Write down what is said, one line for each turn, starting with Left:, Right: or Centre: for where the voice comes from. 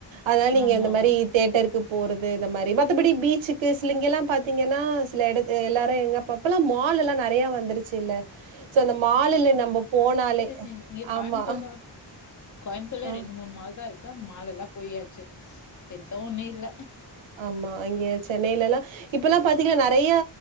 Right: அதா நீங்க
Left: ஆமா
Right: அந்த மாரி
Left: ஆமா
Right: தேட்டருக்கு போறது இந்த மாரி மத்தபடி பீச்சுக்கு சில இங்கல்லா பாத்தீங்கனா சில எடத் எல்லாரு எங்கப்பா இப்பல்லா மாலுல்லா நெறைய வந்துருச்சி இல்ல சோ இந்த மாலுல நம்ம போனாலே
Left: டே இங்க கோயம்புத்தூர்ல
Right: ஆமா
Left: கோயம்புத்தூர்ல
Right: ஆ
Left: ரெண்டு மூனு மால்தா இருக்கு அந்த மால் எல்லா போயாச்சி பெருசா ஒன்னு இல்ல
Right: அம்மா அங்கே சென்னையிலல்லா இப்ப எல்லா பாத்தீங்கனா நெறைய